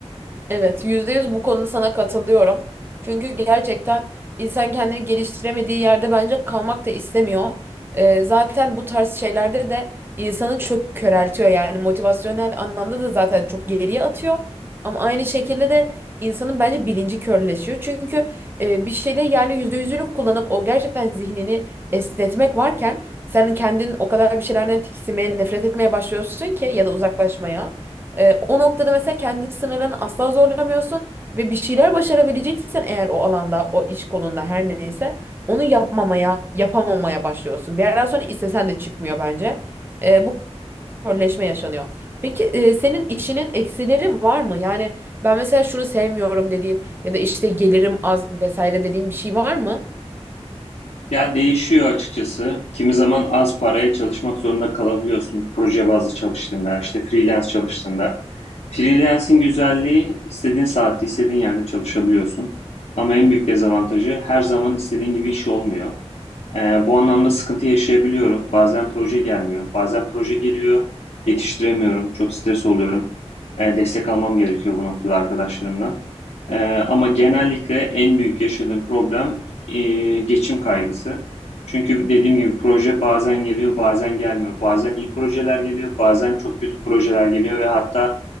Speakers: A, on the right (about 20°); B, on the left (about 80°).
A: Evet, %100 bu konuda sana katılıyorum. Çünkü gerçekten insan kendini geliştiremediği yerde bence kalmak da istemiyor. Ee, zaten bu tarz şeylerde de insanı çok köreltiyor yani motivasyonel anlamda da zaten çok geriye atıyor. Ama aynı şekilde de insanın bence bilinci körleşiyor. Çünkü e, bir şeyde yani yüzde yüzünü kullanıp o gerçekten zihnini esnetmek varken sen kendin o kadar bir şeylerden tiksinmeye, nefret etmeye başlıyorsun ki ya da uzaklaşmaya. Ee, o noktada mesela kendi sınırlarını asla zorlamıyorsun ve bir şeyler başarabileceksen eğer o alanda, o iş kolunda her neyse onu yapmamaya, yapamamaya başlıyorsun. Bir yerden sonra istesen de çıkmıyor bence. Ee, bu körleşme yaşanıyor. Peki e, senin işinin eksileri var mı? Yani ben mesela şunu sevmiyorum dediğin ya da işte gelirim az vesaire dediğin bir şey var mı?
B: Ya değişiyor açıkçası. Kimi zaman az paraya çalışmak zorunda kalabiliyorsun. Proje bazlı çalıştığında, işte freelance çalıştığında. Freelance'in güzelliği istediğin saatte, istediğin yerde çalışabiliyorsun. Ama en büyük dezavantajı her zaman istediğin gibi iş olmuyor. Eee, bu anlamda sıkıntı yaşayabiliyorum. Bazen proje gelmiyor, bazen proje geliyor, yetiştiremiyorum, çok stres oluyorum. Eee, destek almam gerekiyor bu noktada arkadaşlarımdan. Eee, ama genellikle en büyük yaşadığım problem eee, geçim kaygısı. Çünkü dediğim gibi proje bazen geliyor, bazen gelmiyor. Bazen iyi projeler geliyor, bazen çok kötü projeler geliyor ve hatta